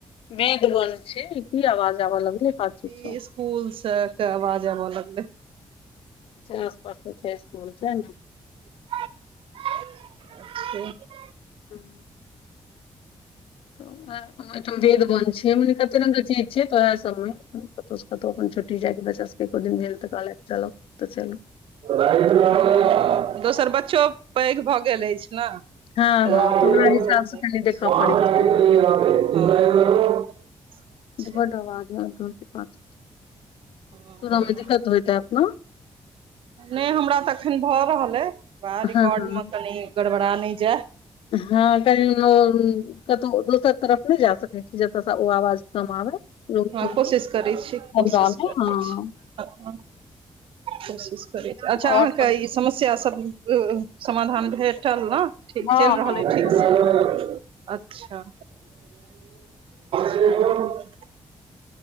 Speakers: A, on the left; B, on the right.
A: मेद बन छै की आवाज आब लगलै सँ
B: ई स्कूल सब के आवाज आबऽ लगलै
A: आसपास छै स्कूल छै ने
B: अचछा <inaudible>
A: <inaudible> तऽ आ वेठाम वेद वन छै मने कते रंगग के चीज छै तो ओएह सब मे कतहुं कतहु अपन छोटी जाय बच्चा सब एकोदिन भेलेल त पले चलक तऽ चलू
B: <unintelligible> दोसर बच्चो पैघ भऽ गेल अछि ने <unintelligible>
A: हँ हँ तऽ ओकरा हिसाब से कनि देखऽ पड़ै छै
B: छै
A: बड आवाज आबि रहल अछी पाछु स
B: हँ
A: सुनअ मे दिक्कत होइत हैत न
B: नहि हमरा तऽखन भऽ रहल अइ वए
A: हँ
B: रिकॉर्ड
A: हँ
B: मे कनि गड़बड़ा नहि जाय
A: हँ कनि कतहु दोसर तरफ नहि जा सकैत छी जतय ओ आवाज कम आबे रूम
B: हँ
A: तुम
B: कोशिश
A: मे कमरा
B: करै छी कोशिश
A: मे
B: करै
A: हँ
B: छी कोशिश करैत छी अच्छा
A: और
B: अहाँके
A: सब
B: ई समस्या सब समाधान भेटल ने ठीक
A: हँ
B: चलि रहल
A: हँ
B: अइ ठीकसँ अच्छा <unintelligible>